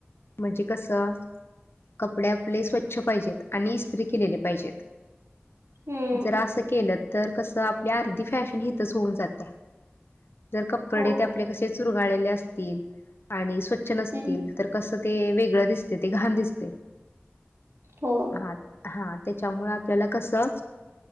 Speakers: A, on the left; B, on the right.
A: म्हणजे कसं कपडे आपले स्वच्छ पाहिजेत आणि इस्त्री केलेले पाहिजेत.
B: हम्म
A: जर असं केलं तर कसं आपली अर्धी फॅशन हितच होऊन जात्या. जर कपडेेत
B: हो
A: आपल्या कसे चुरगाळलेले असतील आणि स्वच्छ नसतील
B: हम्म
A: तर कसं ते वेगळं दिसते. ते घाण दिसतय.
B: हो
A: हा हा त्याच्यामुळे आपल्याला कसं